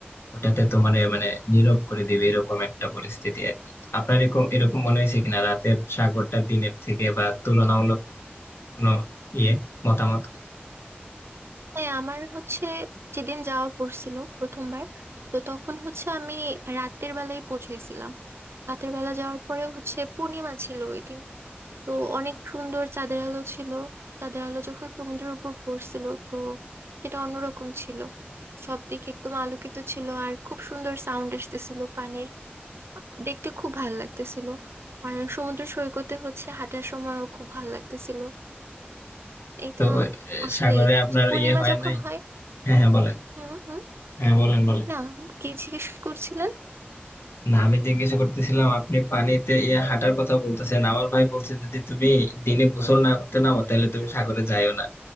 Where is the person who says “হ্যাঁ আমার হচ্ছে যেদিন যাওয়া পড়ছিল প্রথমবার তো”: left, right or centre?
Right